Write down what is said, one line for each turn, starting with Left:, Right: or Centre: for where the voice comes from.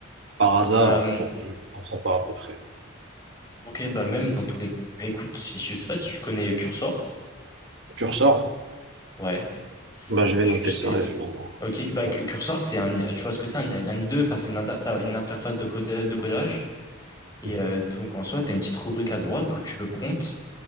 Right: par hasard.
Left: Bah, hmm,
Right: Bon, je comprends pas à peu près.
Left: Ok, bah même dans tous les... Bah écoute, si- je sais pas si je connais Cursor.
Right: Tu ressors?
Left: Ouais. C'est-
Right: Bah, je vais
Left: Tu,
Right: noter
Left: tu sais...
Right: ça et
Left: euh,
Right: je... vais en-
Left: Ok, bah
Right: Ouais.
Left: Cu- Cursor, c'est un... Tu vois ce que c'est un, un IDE? Enfin, c'est une, interta- une interface de, coda- de codage. Et
Right: Mhm.
Left: euh, donc en soi, tu as une petite rubrique à droite où tu peux prompt.